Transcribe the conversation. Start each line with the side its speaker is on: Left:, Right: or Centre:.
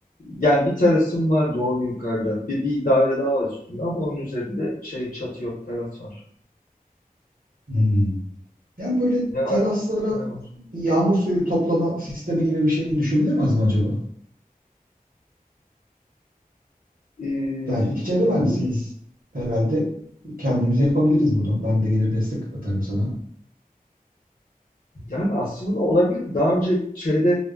Left: yani bir terasım var doğru yukarıda. Bir, bir daire daha var üstünde ama onun üzerinde şey çatı yok, teras var.
Right: Hmm. Yani böyle
Left: Ne var?
Right: teraslara
Left: Ne var?
Right: yağmur suyu toplama sistemi gibi bir şey düşünülemez mi acaba?
Left: Ee,
Right: Yani iki çevre
Left: yalnız
Right: mühendisiyiz herhalde. Kendimiz yapabiliriz bunu. Ben de gelir destek atarım sana.
Left: yani aslında olabilir. Daha önce şeyde